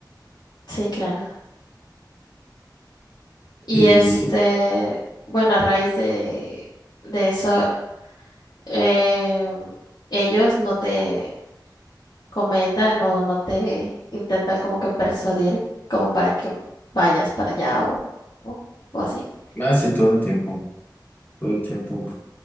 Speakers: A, on the left; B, on the left.
A: sí, claro. Y
B: y
A: este, bueno, a raíz de, de eso, eh, ellos no te comentan o no te intentan como que persuadir como para que vayas para allá o, o, o así.
B: así todo el tiempo, todo el tiempo,